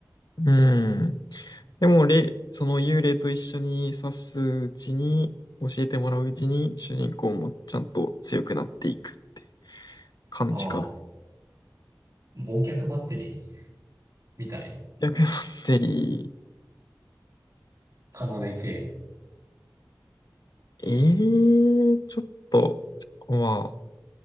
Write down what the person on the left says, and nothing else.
うん。でも、れ、その幽霊と一緒に指すうちに、教えてもらううちに、主人公もちゃんと強くなっていくって感じか。
逆バッテリ
ー、ええー、ちょっと、まあ、